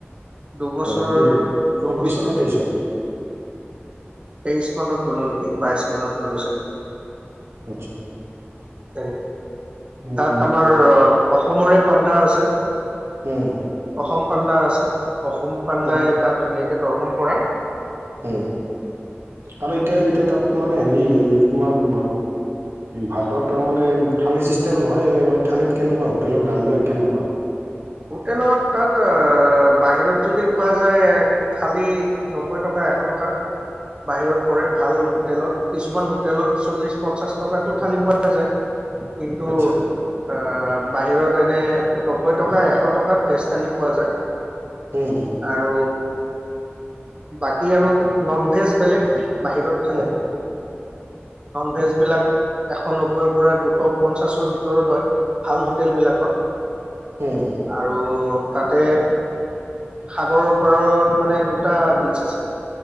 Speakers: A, on the right (about 25°); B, on the right (about 70°).
A: দুবছৰ
B: আচ্ছা দু চৌব্বিছ
A: দুবছৰ
B: নে তেইছত?
A: তেইশ মানত গ'লো নেকি বাইশ মানত গ'লো চাগে।
B: আচ্ছা।
A: নে
B: উম,
A: তাত আমাৰ অসমৰে পাণ্ডা আছে।
B: হম।
A: অসম পাণ্ডা আছে অসম পাণ্ডাই
B: অ',
A: তাত ধুনীয়াকে দৰ্শন কৰায়।
B: উম আৰু এতিয়া এতিয়া তাত মানে হেৰি তোমাৰ ভাতত তাৰ মানে থালি চিষ্টেম নহয় থালিত কেনেকুৱা হোটেলৰ দামবিলাক কেনেকুৱা?
A: হোটেলত তাত অ' বাহিৰত যদি খোৱা যায় খালী নব্বৈ টকা এশ টকা বাহিৰত কৰে ভাল হোটেলত কিছুমান হোটেলত চল্লিশ পঞ্চাশ টকাতটো থঠালি পোৱা যায়। কিন্তু
B: আচ্ছা
A: আহ বাহিৰত এনে নব্বৈ টকা এশ এশ টকাত ভেজ থালী পোৱা যায়।
B: হম।
A: আৰু বাকী আৰু নন ভেজ বেলেগ। বাহিৰত খালে?
B: উম,
A: ভেজবলাক এশ নব্বৈৰ পৰা দুশ পঞ্চাশৰ ভিতৰত হয় ভাল হোটেলবিলাকত।
B: উম।
A: আৰু তাতে সাগৰৰ পাৰত মানে দুটা বীচ আছে।